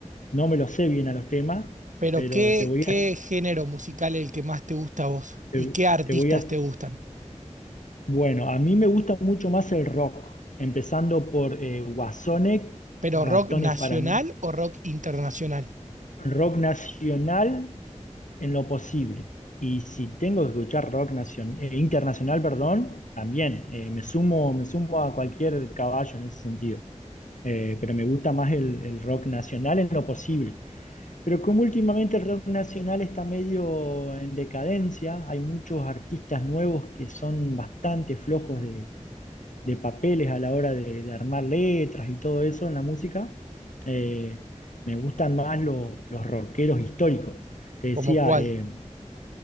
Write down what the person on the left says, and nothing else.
no me los sé bien a los temas,
pero
te voy
a,
te,
te voy a,
bueno, a mí me gusta mucho más el rock, empezando por eh, Guasone,
Ratones
Parano-
rock nacional en lo posible. Y si tengo que escuchar rock nacion- eh, internacional, perdón, también eh, me sumo, me sumo a cualquier caballo en ese sentido. Eh, pero me gusta más el, el rock nacional en lo posible. Pero como últimamente el rock nacional está medio en decadencia, hay muchos artistas nuevos que son bastante flojos de, de papeles a la hora de, de armar letras y todo eso en la música. Eh, me gustan más lo- los rockeros históricos. Te decía,
eh,